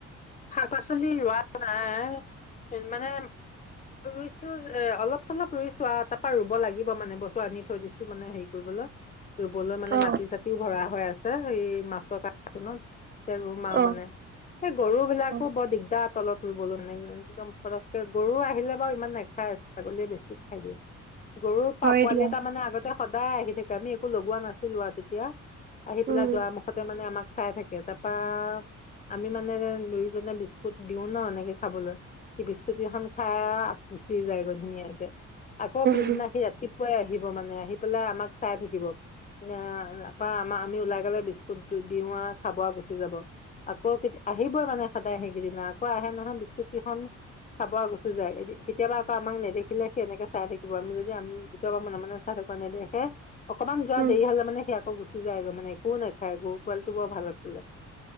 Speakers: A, on the left; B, on the right.
A: শাক পাচলি ৰোৱা নাই মানে ৰুইছো এ অলপ চলপ ৰুইছো আও তাপা ৰুব লাগিব মানে বস্তু আনি থৈ দিছো মানে হেৰি কৰিবলে ৰুবলৈ মানে
B: অ
A: মাটি চাটিও ভৰা হয় আছ আছে এই মাছৰ কাৰ্টুনত এতিয়া ৰুম আও
B: অ
A: মানে সেই গৰু বিলাকো
B: অ
A: বৰ দিগদাৰ তলত ৰুবলে মানে একদম পটককে গৰু আহিলে বাৰু ইমান নেখাই ছাগলীয়ে বেছি খাই দিয়ে গৰুৰ পা
B: হয়
A: পোৱালি
B: দিয়া
A: এটা মানে আগতে সদায় আহি থাকে আমি একো লগোৱা নাছিলো আ তেতিয়া। আহি পেলাই
B: উম
A: দুৱাৰ মূখতে মানে আমাক চাই থাকে। তাৰপা আমি মানে দুইজনে বিস্কুট দিও ন এনেকে খাবলৈ, সি বিস্কুট কেইখন খা আক গুচি যায়গৈ ধুনীয়াকে। আকো
B: উম
A: পিছদিনা সি ৰাতিপ পুৱাই আহিব মানে আহি পেলাই আমাক চাই থাকিব তাপা আমা আমি ওলাই গলে বিস্কুট দু দিও আৰ খাব আৰু গুচি যাব। আকৌ কেত আহিবই মানে। সেইকেইদিনা আকৌ আহে নহয় বিস্কুট কেইখন খাব আউ গুচি যায়। এদি কেতিয়াবা আকৌ আমাক নেদেখিলে সেই এনেকে চাই থাকিব আমি যদি আম ভিতৰৰ পা মনে মনে চাই থাকো নেদেখে অকমান যোৱা
B: উম
A: দেৰি হলে মানে আকো গুচ গুচি যায়গৈ মানে একো নেখায়, গৰু পোৱালি টো বৰ ভাল আছিলে।